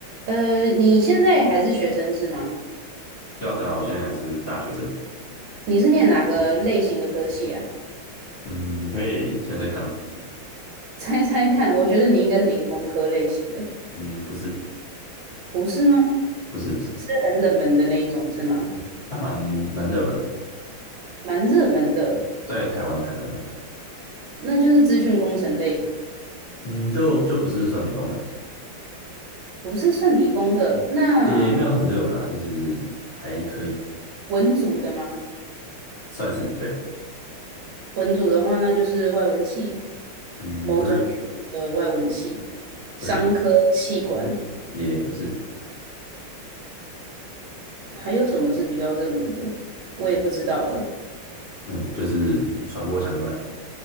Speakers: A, on the right; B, on the left.
A: 呃，你现在还是学生是吗？
B: 对啊，对啊，我现在还是大学生。
A: 你是念哪个类型的科系啊？
B: 嗯，你可以猜猜看啊。
A: <laughs> 猜猜看，我觉得你应该是理工科类型的，
B: 嗯，不是，
A: 不是吗？
B: 不是，不是，
A: 是很冷门的那一种是吗？
B: 它蛮蛮热门的，
A: 蛮热门的，
B: 在台湾还蛮热门的。
A: 那就是资讯工程类，
B: 嗯，就就不是算理工的，
A: 不是算理工的。那
B: 也没有到很热门啊，就是还可以，
A: 文组的吗？
B: 算是对。
A: 文组的话，那就是外文系，
B: 嗯，
A: 某种语文的外文系，
B: 不是，不是，
A: 商科、气管，
B: 也不是，
A: 还有什么是比较热门的？我也不知道了。
B: 嗯，就是传播相关，